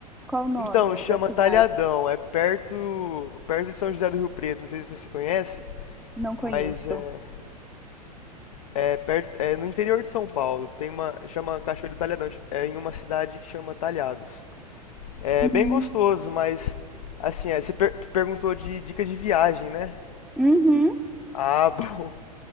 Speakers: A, in the centre; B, on the left.
A: Qual o nome
B: Então, chama
A: da cidade?
B: Talhadão, é perto perto de São José do Rio Preto, não sei se você conhece,
A: Não conheço.
B: mas é, é perto é no interior de São Paulo. Tem uma chama Cachoeiro do Talhadão, é em uma cidade que chama Talhados. É
A: Hum.
B: bem gostoso, mas assim, é, você per- perguntou de dica de viagem, né?
A: Uhum.
B: Ah, <laughs> bom.